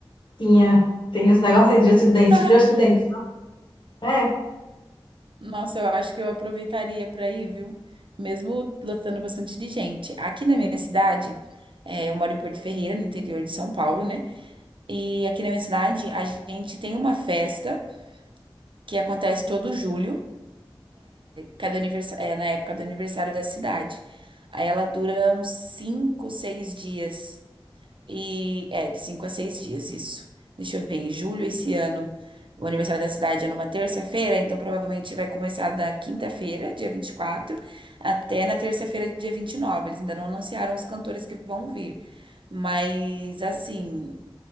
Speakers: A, on the left; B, on the right.
A: Tinha, tem os negócios aí de Just Dance,
B: <laughs>
A: Just Dance. É,
B: Nossa, eu acho que eu aproveitaria para ir, viu? Mesmo lotando bastante de gente. Aqui na minha cidade, é, eu moro em Porto Ferreira, no interior de São Paulo, né? E aqui na minha cidade, a gente tem uma festa que acontece todo julho. cada anivers- é, na época do aniversário da cidade. Aí ela dura uns 5 6 dias. E é, de 5 a 6 dias, isso. Deixa eu ver, em julho esse ano, o aniversário da cidade é numa terça-feira, então provavelmente vai começar da quinta-feira, dia 24 até na terça-feira, dia vinte e nove Eles ainda não anunciaram os cantores que vão vir. Mas assim.